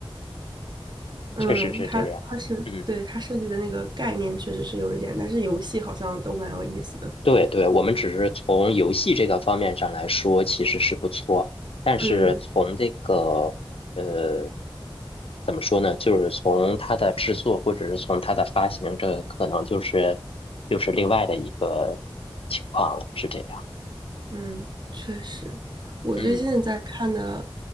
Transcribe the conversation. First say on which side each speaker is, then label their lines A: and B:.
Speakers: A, on the right (about 50°); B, on the left (about 85°).
A: 嗯，
B: 确实是这样。
A: 他他是对他设计的那个概念确实是有一点，
B: 嗯。
A: 但是游戏好像都蛮有意思的。
B: 对对，我们只是从游戏这个方面上来说，其实是不错。但是从这个呃，
A: 嗯。
B: 怎么说呢？就是从它的制作，或者是从它的发行，这可能就是又是另外的一个情况了，是这样。
A: 嗯，确实，我最近在看的
B: 嗯